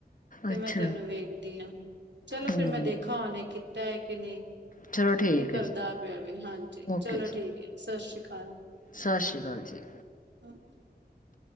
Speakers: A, on the right (about 90°); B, on the left (about 50°).
A: ਤੇ
B: ਅੱਛਾ
A: ਮੈਂ ਤੈਨੂੰ ਵੇਖਦੀ ਹਾਂ ਚਲੋ
B: ਹਮ
A: ਫੇਿਰ ਮੈਂ ਦੇਖਾ ਉਹਨੇ ਕਿ <unintelligible>
B: ਚਲੋ ਠੀਕ
A: ਕੀ ਕਰਦਾ
B: ਹੈ ਜੀ
A: ਪਿਆ ਵੀ ਹਾਂਜੀ
B: ਓਕੇ
A: ਚਲੋ
B: ਜੀ
A: ਠੀਕ ਹੈ ਸਤਿ ਸ਼੍ਰੀ ਅਕਾਲ <inaudible>
B: ਸਤਿ ਸ਼੍ਰੀ ਅਕਾਲ ਜੀ
A: <inaudible>